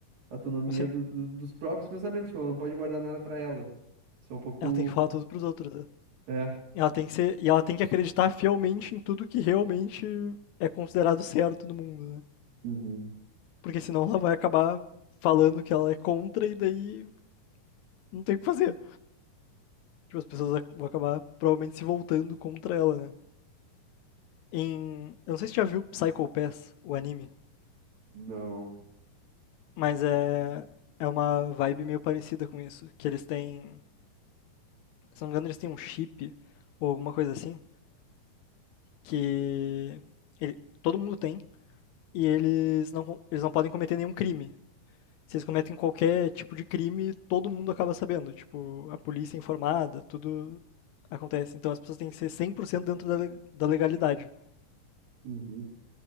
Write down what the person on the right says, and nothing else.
a autonomia
do- do- dos próprios pensamentos. Tipo, ela não pode guardar nada pra ela. Isso é um pouco.
É.
Uhum,
Não.
uhum.